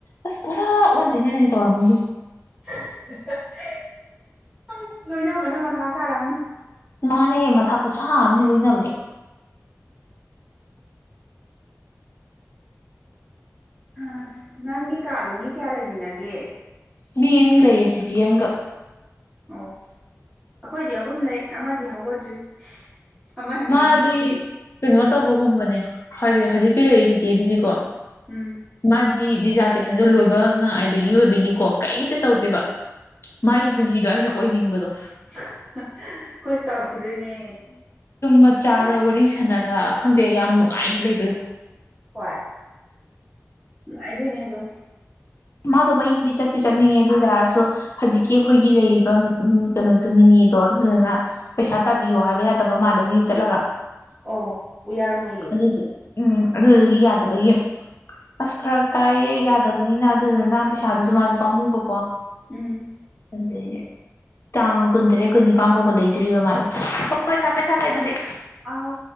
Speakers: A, on the left; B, in the centre.
A: ꯑꯁ ꯄꯨꯔꯥ ꯑꯣꯟꯇꯩꯅꯅꯅꯦ ꯇꯧꯔꯝꯃꯤꯁꯦ
B: <unintelligible> ꯑꯁ ꯂꯣꯏꯅꯕꯅ ꯃꯊꯥ ꯁꯥꯔꯝꯅꯤ
A: ꯃꯥꯅꯦ ꯃꯊꯥ ꯈꯨꯠꯁꯥ ꯑꯝꯅꯤ ꯂꯣꯏꯅꯕꯗꯤ
B: ꯑꯁ ꯅꯪꯒꯤ ꯀꯥꯗꯣ ꯃꯤ ꯀ꯭ꯌꯥ ꯂꯩꯃꯤꯟꯅꯒꯦ
A: ꯃꯤ ꯑꯅꯤ ꯂꯩꯌꯦ ꯆꯤꯆꯦ ꯑꯃꯒ
B: ꯑꯣ ꯑꯩꯈꯣꯏꯗꯤ ꯑꯍꯨꯝ ꯂꯩ ꯑꯃꯗꯤ ꯍꯧꯒꯠꯇ꯭ꯔꯤ ꯑꯃꯅ
A: ꯃꯥꯗꯤ
B: ꯃꯌꯨꯝ ꯆꯠꯈꯤ
A: ꯀꯩꯅꯣ ꯇꯧꯕꯒꯨꯝꯕꯅꯦ ꯍꯧꯖꯤ ꯍꯧꯖꯤꯛꯀꯤ ꯂꯩꯔꯤ ꯆꯤꯆꯦ ꯗꯨꯗꯤꯀꯣ
B: ꯎꯝ
A: ꯃꯥꯗꯤ ꯗꯤꯖꯥꯔꯇꯦꯁꯟꯗꯣ ꯂꯣꯏꯕ ꯉꯥꯏꯕꯒꯤ ꯑꯣꯏꯕꯒꯤꯀꯣ ꯀꯩꯝꯇ ꯇꯧꯗꯦꯕ
B: ꯎꯝ
A: ꯃꯥꯒꯤ ꯄꯨꯟꯁꯤꯗꯣ ꯑꯩꯅ ꯑꯣꯏꯅꯤꯡꯕꯗꯣ
B: <unintelligible> ꯈꯣꯏꯁꯨ ꯇꯧꯔꯛꯈꯤꯗꯣꯏꯅꯦ
A: ꯃꯆꯥꯔ ꯋꯥꯔꯤ ꯁꯥꯟꯅꯔꯥ ꯈꯪꯗꯦ ꯌꯥꯝ ꯅꯨꯡꯉꯥꯏꯅ ꯂꯩꯕꯗꯨ
B: ꯍꯣꯏ ꯅꯨꯉꯥꯏꯗꯣꯏꯅꯦ ꯑꯗꯨ
A: ꯃꯥꯗꯣ ꯃꯌꯨꯝꯗꯤ ꯆꯠꯇꯤ ꯆꯠꯅꯤꯡꯉꯦ ꯑꯗꯨꯢꯇꯥꯔꯁꯨ ꯍꯖꯤꯛꯀꯤ ꯑꯈꯣꯏꯒꯤ ꯂꯩꯔꯤꯕ ꯎꯝ ꯎꯝ ꯀꯩꯅꯣꯖꯨ ꯅꯤꯅꯦ ꯗꯣ ꯑꯗꯨꯗꯨꯅ ꯄꯩꯁꯥ ꯇꯥꯕꯤꯌꯣ ꯍꯥꯏꯕ ꯌꯥꯗꯕ ꯃꯥꯜꯂꯦ ꯃꯌꯨꯝ ꯆꯠꯂꯒ
B: ꯑꯣ ꯎ ꯌꯥꯔꯝ ꯃꯣꯏꯌꯦ
A: ꯑꯗꯨꯒꯤ ꯎꯝ ꯑꯗꯨꯗꯨꯒꯤ ꯌꯥꯗꯕꯒꯤ ꯑꯁ ꯐꯔꯛ ꯇꯥꯏꯌꯦ ꯌꯥꯗꯕꯅꯤꯅ ꯑꯗꯨꯗꯅ ꯄꯩꯁꯥꯗꯨꯁꯨ ꯃꯥꯁꯨ ꯄꯥꯝꯃꯨꯕꯀꯣ
B: ꯎꯝ
A: ꯑꯖꯩꯔꯦ ꯇꯥꯡ ꯀꯨꯟꯇꯔꯦꯠ ꯀꯨꯟꯅꯤꯄꯥꯟ ꯐꯥꯎꯕ ꯂꯩꯗꯣꯔꯤꯕ ꯃꯥꯜꯂꯦ ꯍꯣꯏ ꯍꯣꯏ ꯊꯝꯃꯦ ꯊꯝꯃꯦ ꯑꯗꯨꯗꯤ
B: ꯑꯥꯎ